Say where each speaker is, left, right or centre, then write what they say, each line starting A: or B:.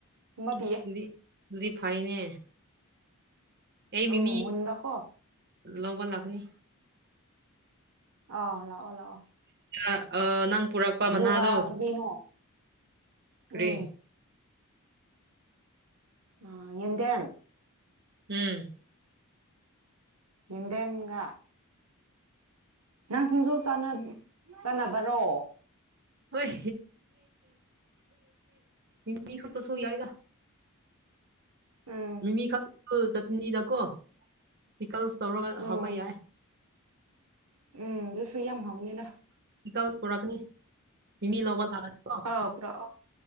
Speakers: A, on the right; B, on the right.
A: ꯀꯨꯝꯕ
B: ꯑꯗꯤ
A: ꯄꯤꯌꯦ
B: ꯑꯗꯨꯗꯤ ꯐꯥꯏꯅꯦ ꯑꯩ ꯃꯤꯃꯤ
A: ꯎꯝ ꯃꯨꯟꯕꯀꯣ
B: ꯂꯧꯕ ꯂꯥꯛꯀꯅꯤ
A: ꯑꯥꯎ ꯂꯥꯛꯑꯣ ꯂꯥꯛꯑꯣ
B: ꯑꯥ ꯅꯪ ꯄꯨꯔꯛꯄ
A: ꯑꯗꯨꯒ
B: ꯃꯅꯥꯗꯣ
A: ꯀꯔꯤꯅꯣ
B: ꯀꯔꯤ
A: ꯎꯝ ꯑꯥ ꯌꯦꯟꯗꯦꯝ
B: ꯎꯝ
A: ꯍꯦꯟꯗꯦꯝꯒ ꯅꯪ ꯁꯤꯡꯖꯨ ꯆꯤꯟꯅ ꯆꯥꯟꯅꯕꯔꯣ
B: ꯍꯣꯏ ꯅꯗꯤ ꯈꯛꯇꯁꯨ ꯌꯥꯏ
A: ꯎꯝ
B: ꯃꯤ ꯃꯤ ꯈꯛꯁꯨ ꯆꯠꯅꯤꯗꯀꯣ ꯄꯤꯀꯜꯁ ꯇꯧꯔꯒ
A: ꯎꯝ
B: ꯍꯥꯞꯄ ꯌꯥꯏ
A: ꯎꯝ ꯑꯗꯨꯁꯨ ꯌꯥꯝ ꯍꯥꯎꯅꯤꯗ
B: ꯇꯁ ꯄꯨꯔꯛꯀꯅꯤ ꯃꯤꯃꯤ ꯂꯧꯕ ꯂꯥꯛꯑꯅꯤꯀꯣ
A: ꯑꯥꯎ ꯄꯨꯔꯛꯑꯣ